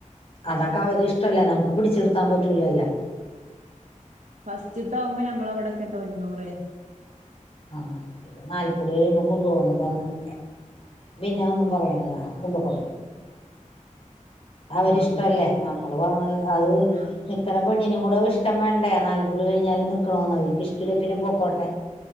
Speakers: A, on the left; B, on the right.
A: അതൊക്കെ അവരി ഇഷ്ടല്ലേ നമുക്ക് പിടിച്ചുിർത്താൻ പറ്റൂലല്ല
B: ഫസ്റ്റ്ത്താവുമ്പോ ഞമ്മളവിടൊക്കെ തൊണ്ണൂറേ
A: ആഹ് ഇത് നാൽപ്പുളി കഴിയുമ്പോ കൊണ്ടു പോകന്നും പറഞ്ഞാ നിക്ക പിന്നെ ഒന്നും പറയുന്നില്ല
B: ആഹ്
A: കൊണ്ടൊക്കോ ആവരിഷ്ടല്ലേ
B: ആഹ്
A: നമ്മള് പറ അത്
B: ആഹ്
A: നിക്കണ പെണ്ണിനും കൂടെ ഇഷ്ട്ടം വേണ്ടേ നാല്പ്പൂള് കഴിഞ്ഞാലും നിക്കണോന്ന് അവര്ക്ക് ഇഷ്ടില്ലേ പിന്നെ പോക്കോട്ടെ.